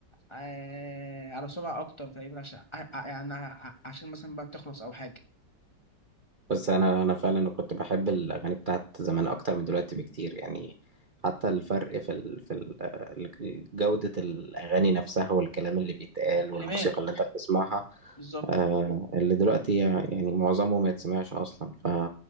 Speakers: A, on the left; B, on the right.
A: آه، على سرعة أكتر تقريبا عشان ع- ع- يعني ع- عشان مثلا بقى تخلص أو حاجة
B: بس انا انا فعلا كنت بحب الاغاني بتاعت زمان اكتر من دلوقتي بكتير يعني حتى الفرق في ال... في ال... جودة الاغاني نفسها والكلام اللي بيتقال
A: الكلمات
B: والموسيقى اللي
A: آه،
B: انت بتسمعها
A: بالظبط
B: آه اللي دلوقتي يعني معظمه ما يتسمعش اصلا ف